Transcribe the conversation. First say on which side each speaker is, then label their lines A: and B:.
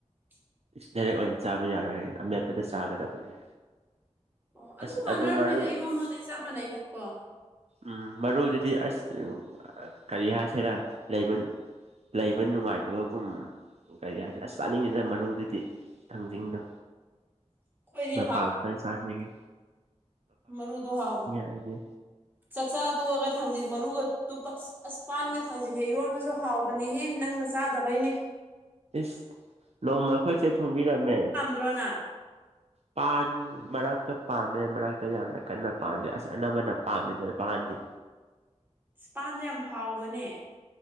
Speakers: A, on the right; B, on the right.
A: <inaudible>
B: ꯏꯁ ꯗꯥꯏꯔꯦꯛ ꯑꯣꯏꯅ ꯆꯥꯕ ꯌꯥꯔꯣꯏ ꯑꯃꯦꯠꯄꯗ ꯆꯥꯒꯗꯕꯅꯦ
A: ꯑꯣ ꯑꯗꯨꯝ
B: ꯑꯁ
A: ꯃꯥꯟꯅꯔꯝꯅꯤꯗ
B: ꯑꯗꯨ ꯃꯔꯨ
A: ꯏꯔꯣꯃꯅ ꯆꯞ ꯃꯥꯟꯅꯩꯗ ꯀꯣ
B: ꯎꯝ ꯃꯔꯨꯗꯨꯗꯤ ꯑꯁ ꯀꯔꯤ ꯍꯥꯏꯁꯤꯔ ꯂꯩꯕ ꯂꯩꯕ ꯅꯨꯡꯉꯥꯏꯇꯕꯒꯨꯝ ꯒꯥꯔꯤ ꯍꯥꯏꯁꯦ ꯑꯁ ꯆꯥꯅꯤꯡꯉꯤꯗ ꯃꯔꯨꯗꯨꯗꯤ ꯊꯥꯡꯖꯤꯡꯗꯣ
A: ꯑꯩꯈꯣꯏꯗꯤ
B: ꯅ ꯄꯥꯂꯇ ꯁꯥꯖꯅꯤꯡꯦ
A: ꯃꯔꯨꯗ ꯍꯥꯥꯎ
B: ꯑꯩꯗꯤ
A: ꯆꯛꯆꯥꯥ ꯇꯒ ꯊꯥꯡꯖꯤꯡ ꯃꯔꯨꯒ ꯇꯨꯞꯄ ꯑꯁ ꯄꯥꯟꯒ ꯊꯥꯡꯖꯤꯡꯒꯩꯔꯣꯟꯕꯁꯨ ꯍꯥꯎꯕꯅꯦꯍꯦ ꯅꯪꯅ ꯆꯥꯗꯕꯩꯅꯦ
B: ꯏꯁ ꯅꯣꯡꯃꯈꯣꯏꯁꯦ ꯊꯣꯡꯕꯤꯔꯝꯃꯦ
A: ꯑꯗ꯭ꯔꯣꯅꯥ
B: ꯄꯥꯟ ꯃꯔꯛꯇ ꯄꯥꯝꯃꯦ ꯃꯔꯛꯇ ꯌꯥꯝꯅ ꯀꯟꯅ ꯄꯥꯝꯗꯦ ꯑꯁ ꯑꯅꯝꯕꯅ ꯄꯥꯝꯗꯦꯗ ꯄꯥꯟꯗꯤ
A: ꯏꯁꯄꯥꯟꯁꯦ ꯌꯥꯝ ꯍꯥꯎꯕꯅꯦ